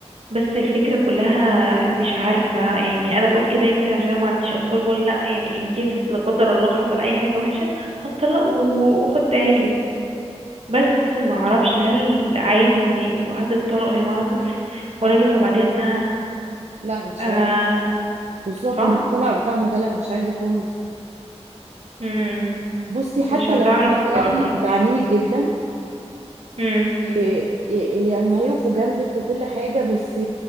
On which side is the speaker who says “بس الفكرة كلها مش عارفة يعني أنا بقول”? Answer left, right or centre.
Right